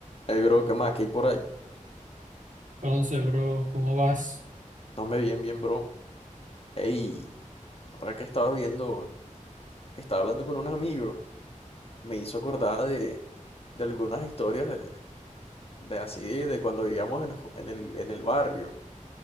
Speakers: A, on the left; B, on the right.
A: Ey, bro, ¿qué más? ¿Qué hay por ahí?
B: Entonces, bro, ¿cómo vas?
A: No me bien, bien, bro. Ey, ahora que estaba viendo, estaba hablando con un amigo, me hizo acordar de, de algunas historias de, de así, de cuando vivíamos en, el ju- en el, en el barrio,